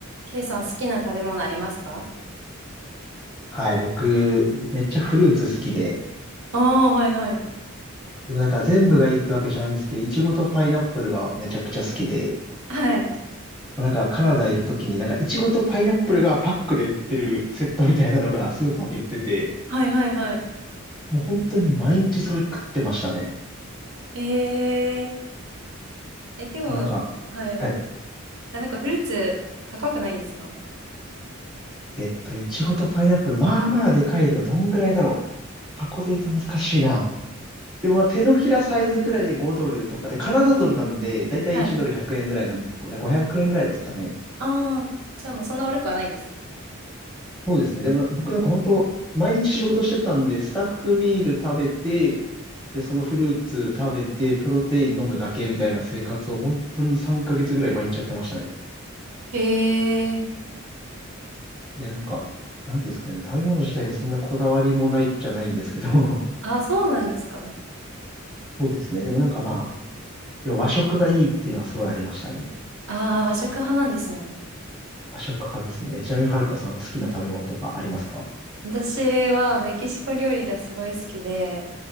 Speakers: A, on the right; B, in the centre.
A: ケイさん好きな食べ物ありますか
B: はい、僕、めっちゃフルーツ好きで、
A: ああ、はいはい。
B: でもなんか全部がいいってわけじゃないんですけど、いちごとパイナップルがめちゃくちゃ好きで、
A: はい。
B: もうなんかカナダいるときになんかいちごとパイナップルがパックで売ってるセットみたいなのがスーパーに売ってて、
A: はいはいはい。
B: もう本当に毎日それ食ってましたね。
A: えええ、でも、
B: なんか、
A: はい。
B: はい。
A: あ、なんかフルーツ高くないんですか
B: えっと、いちごとパイナップル、まあまあでかい量、どんぐらいだろう。箱で言うと難しいな。でもまあ手のひらサイズくらいで5ドルとかで、カナダドルなんで、だいたい1ドル100円ぐらいなんですけど、
A: はい。
B: だから500円ぐらいですかね。
A: ああ、じゃあまあそんな悪くはないですね。
B: そうですね。でも僕なんか本当、毎日仕事してたんで、スタッフミール食べて、で、そのフルーツ食べて、プロテイン飲むだけみたいな生活を本当に3ヶ月ぐらい毎日やってましたね。
A: へえ。
B: いや、なんか、なんていうんですかね、食べ物自体にそんなこだわりもないっちゃないんですけど、<laughs>
A: あ、そうなんですか
B: そうですね。でもなんかまあ、でも和食がいいっていうのはすごいありましたね。
A: ああー、和食派なんですね。
B: 和食派ですね。えちなみにはるかさんは好きな食べ物とかありますか
A: 私はメキシコ料理がすごい好きで、